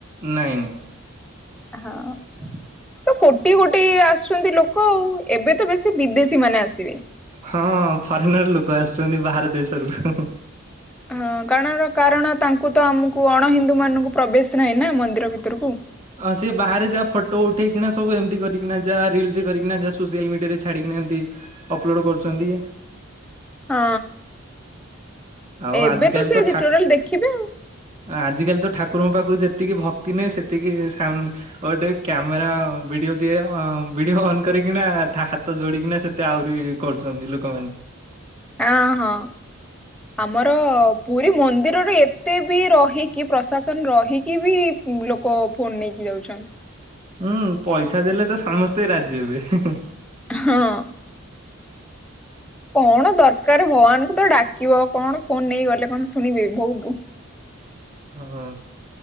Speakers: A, on the right; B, in the centre.
A: ନାଇଁ ନାଇଁ।
B: ହଁ।
A: <inaudible>
B: ତ କୋଟି କୋଟି ଆସୁଛନ୍ତି ଲୋକ ଆଉ ଏବେ ତ ବେଶୀ ବିଦେଶୀ ମାନେ ଆସିବେ।
A: ହଁ ଫରେନର ଲୋକ ଆସୁଛନ୍ତି ବାହାର ଦେଶରୁ।
B: ହଁ କାରଣ କାରଣ ତାଙ୍କୁ ତ ଆମକୁ ଅଣ ହିନ୍ଦୁ ମାନଙ୍କୁ ପ୍ରବେଶ ନାହିଁ ନା ମନ୍ଦିର ଭିତରକୁ।
A: ହଁ ସିଏ ବାହାରେ ଯାହା ଫଟୋ ଉଠେଇକିନା ସବୁ ଏମିତି କରିକିନା ଯା ରିଲରେ କରିକିନା ଯାହା ସୋସିଆଲ ମିଡିଆ ଛଡିକିନା ଏମିତି ଅପଲୋଡ଼୍ କରୁଛନ୍ତି।
B: ହଁ
A: ଆଉ
B: ଏବେ
A: ଆଜିକାଲି
B: ତ ସେଏ
A: ଠାକୁ
B: ଟୋଟାଲ ଦେଖିବେ ଆଉ।
A: ଆଜିକାଲି ତ ଠାକୁରଙ୍କ ପାଖକୁ ଯେତିକି ଭକ୍ତି ନହି ସେତିକି ଟେ କ୍ୟାମେରା ଭିଡିଓ ଦିଏ ଭିଡିଓ ଅନ୍ କରିକିନା ହାତ ଯୋଡିକିନା ସେତେ ଆହୁରି କରୁଛନ୍ତି ଲୋକମାନେ।
B: ଆଁ ହଁ। ଆମର ପୁରୀ ମନ୍ଦିରରେ ଏତେ ବି ରହିକି ପ୍ରଶାସନ ରହିକି ବି ଲୋକ ଫୋନ ନେଇକି ଯାଉଛନ୍ତି।
A: ହୁଁ ପଇସା ଦେଲେ ତ ସମସ୍ତେ ରାଜି ହେବେ।
B: ହଁ। କଣ ଦରକାର ଭଗବାନଙ୍କୁ ତ ଡାକିବ କଣ ଫୋନ ନେଇ ଗଲେ କଣ ଶୁଣିବେ ବହୁତ
A: ହଁ